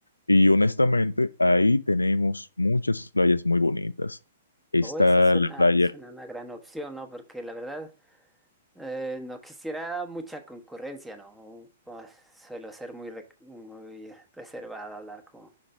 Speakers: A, on the left; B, in the centre.
A: Y honestamente, ahí tenemos muchas playas muy bonitas. Está
B: O esa suena,
A: la playa,
B: suena una gran opción, ¿no? Porque la verdad, eh, no quisiera mucha concurrencia, ¿no? O- o suelo ser muy, re- muy reservado a hablar con,